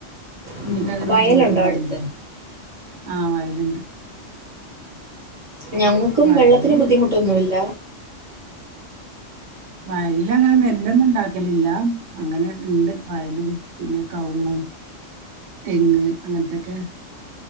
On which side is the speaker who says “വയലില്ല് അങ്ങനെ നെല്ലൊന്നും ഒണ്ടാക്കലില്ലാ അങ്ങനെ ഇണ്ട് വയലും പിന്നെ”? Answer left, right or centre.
Right